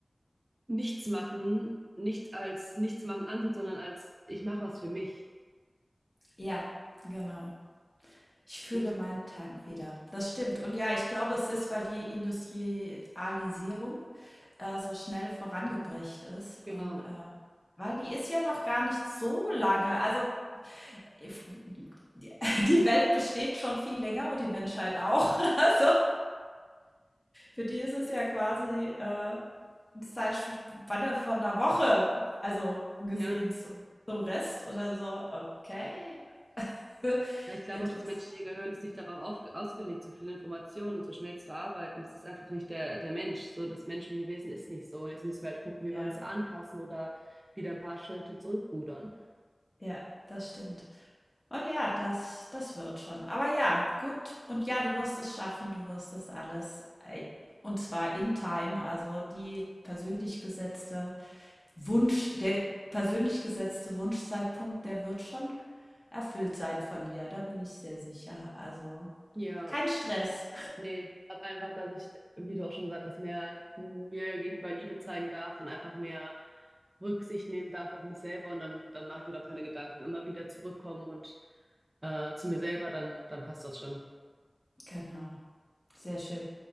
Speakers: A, on the right; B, on the left.
A: Nichtsmachen nicht als Nichtsmachen ansieht, sondern als ich mache was für mich.
B: ja, genau. Ich fühle
A: Und
B: meinen Tank wieder. Das stimmt. Und ja, ich glaube, es ist, weil die Industrialisierung äh, so schnell vorangebracht ist
A: Genau,
B: und, äh weil die ist ja noch gar nicht so lange. Also, if die <laughs> die Welt besteht schon viel länger und die Menschheit auch. <laughs> Also, für die ist es ja quasi, äh, 'ne Zeitspanne von einer Woche, also, gesehen
A: ja.
B: zum zum Rest oder so. Okay, <laughs>
A: Ja, Ich glaube
B: interessant,
A: auch, das menschliche Gehirn ist nicht darauf aufge- ausgelegt, so viele Informationen und so schnell zu verarbeiten. Das ist einfach nicht der, der Mensch. So, das menschliche Wesen ist nicht so. Und jetzt müssen wir halt gucken, wie
B: ja.
A: wir uns anpassen oder wieder ein paar Schritte zurückrudern.
B: Ja, das stimmt. Und ja, das das wird schon. Aber ja, gut. Und ja, du wirst es schaffen, du wirst das alles, äh, und zwar in time, also die persönlich gesetzte Wunsch der persönlich gesetzte Wunschzeitpunkt, der wird schon erfüllt sein von dir, da bin ich sehr sicher. Also,
A: Ja,
B: kein Stress.
A: nee, ich glaube einfach, dass ich, wie du auch schon gesagt hast, mehr mir gegenüber Liebe zeigen darf und einfach mehr Rücksicht nehmen darf auf mich selber und dann, dann mache ich mir doch keine Gedanken. Immer wieder zurückkommen und äh, zu mir selber, dann, dann passt das schon.
B: Genau, sehr schön.